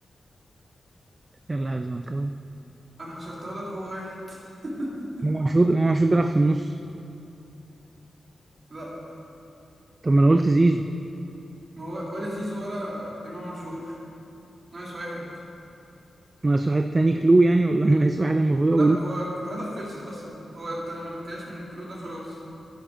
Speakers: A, on the right; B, on the right.
A: يلا يا زملكاوي
B: انا حصرتها لك هو واحد <laughs>
A: إمام عاشور إمام عاشور بيلعب في النص
B: لا
A: طب ما انا قلت زيزو
B: ما هو ولا زيزو ولا امام عاشور نايس واحد
A: ناقص واحد تاني كلو يعني ولا <laughs> ناقص واحد المفروض اقوله
B: لا هو كلوهاتك خلصت اصلا هو انت لو ما جبتهاش من الكلو ده خلاص